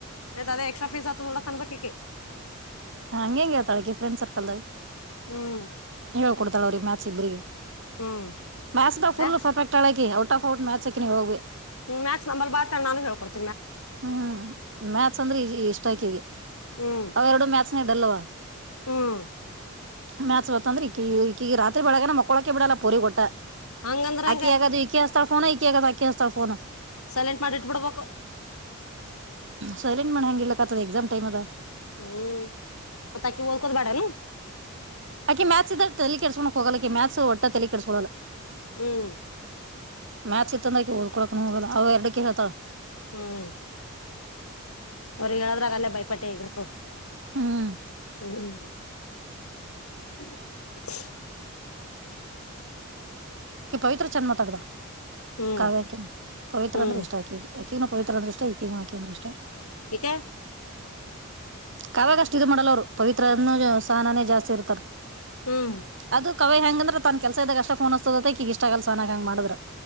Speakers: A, on the left; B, on the right.
A: ಆಯ್ತ ಅದೇ ಎಕ್ಸ್ಟ್ರಾ ಫೀಸ್ ಹತ್ತದ ನೋಡ ಅನ್ಬೇಕಿಕಿ
B: ಹಂಗೆ ಹೆಂಗಗೆ ಹೇಳ್ತಾಳಕ್ಕೆ ಫ್ರೆಂಡ್ ಸರ್ಕಲ್
A: ಹ್ಮ್
B: ಹೇಳ್ ಕೊಡ್ತಳ ಅವ್ರಗಿ ಗೆ ಮ್ಯಾತ್ಸ ಇಬ್ರಿಗೆ
A: ಹ್ಮ್
B: ಮ್ಯಾತ್ಸ ಫುಲ್
A: ಮ್ಯಾಕ್ಸ್
B: ಪರ್ಫೆಕ್ಟ್ ಆಳಕಿ ಔಟ್ ಆಫ್ ಔಟ್ ಮ್ಯಾಥಸ್ಕ ನೀ ಯಾವಾಗ್ ಬಿ
A: ಹ್ಮ ಮ್ಯಾತ್ಸ ನಂಬಲ್ ಬಾ ಅಂತ ನಾನು ಹೇಳ್ಕೊಡ್ತೀನ
B: ಹ್ಮ್ ಮ್ಯಾತ್ಸ ಅಂದ್ರೆ ಇಷ್ಟ ಆಕೆಗೆ
A: ಹ್ಮ್
B: ಅವೆರಡು ಮ್ಯಾತ್ಸ ಡಲ್ವಾ
A: ಹ್ಮ್
B: ಮ್ಯಾತ್ಸ ಹೊತ್ತಂದ್ರೆ ಈ ಈಕಗ ರಾತ್ರಿ ಬೆಳಗನ ಮಕ್ಕೋಳಕೆ ಬಿಡಲ್ಲ ಪೋರಿಗಿ ವಟ್ಟ
A: ಹಂಗಂದ್ರ ಹಂಗ
B: ಆಕ್ಕಿ ಆಗದು ಈಕೀ ಹಚ್ಚತಾಳಫೋನ ಈಕಿ ಆಗ ಆಕ್ಕಿ ಹಚ್ಚತಾಳ ಫೋನ್
A: ಸೈಲೆಂಟ್ ಮಾಡಿ ಇಟ್ಬಿಡ್ಬೇಕು
B: ಸೈಲೆಂಟ್ ಮಾಡಿ ಹೆಂಗ ಇಬಲ್ಲಾಕತ ಎಕ್ಸಾಮ ಟೈಮ ಅದ
A: ಹ್ಮ್ ಮತ್ತ ಅಕ್ಕಿ ಓದಕೋದ ಬೇಡ ಏನ್
B: ಅಕಿ ಮ್ಯಾತ್ಸ ಇದಾಗ ತಲೆ ಕೆಡ್ಸ ಹೋಗಲ್ಲಕ ಮ್ಯಾತ್ಸ್ ಒಟ್ಟ ತಲೆ ಕೆಡಕೊಡಲ್ಲ
A: ಹ್ಮ್
B: ಮ್ಯಾತ್ಸ ಇತ್ತಂದ್ರ ಓದಕೊಳಕ ಹೋಗಲ್ಲ ಅವ ಎರಡ ಕೆ ಹಳ್ತಾ
A: ಹ್ಮ್ ಅವರಿಗೆ ಇದಾಗಲ್ಲೇ ಬೈಯಪಾಟ್ಟೆ ಆಗಿರ್ತದ
B: ಹ್ಮ್
A: ಹ್ಮ <unintelligible>
B: ಅಕಿ ಪವಿತ್ರ ಚೆಂದ ಮಾತಾಡಿದಾ
A: ಹ್ಮ್
B: ಕಾವ್ಯಾಕಿನ ಪವಿತ್ರ
A: ಹ್ಮ್
B: ಅಂದ್ರೆ ಇಷ್ಟ ಆಕಿ ಅಕಿಗನ ಪವಿತ್ರ ಅಂದ್ರೆ ಇಷ್ಟ ಈಕ್ಕಿಗೂ ಆಕೆ ಅಂದ್ರೆ ಇಷ್ಟಾ.
A: ಎಕ
B: ಕಾವ್ಯಾಗ ಅಷ್ಟ್ ಇದು ಮಾಡಲ್ಲ ಅವ್ರು ಪವಿತ್ರನು <unintelligible>
A: ಹ್ಮ್
B: ಅದು ಕಾವ್ಯ ಹೆಂಗ ಅಂದ್ರ ತನ್ ಕೆಲ್ಸ ಇದ್ದಾಗ ಅಷ್ಟ ಫೋನ್ ಹಚ್ಚು ದತ್ತ ಅದು ಇಷ್ಟಾ ಆಗಲ್ ಸಹನ್ನಾಗ ಹಂಗ ಮಾಡ್ರ